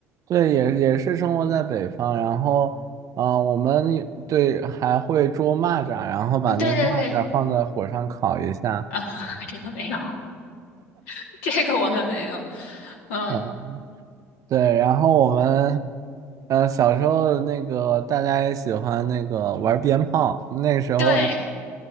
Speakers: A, on the right; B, on the left.
A: 对，也也是生活在北方，然后，嗯、我们也对还会捉蚂蚱，然后把那个蚂蚱放在火上烤一下，
B: 嗯，对对对，啊，<laughs> 这个没有，<laughs> 这个我们没有。嗯，
A: 嗯，对，然后我们，呃，小时候那个大家也喜欢那个玩鞭炮，那时候那
B: 对，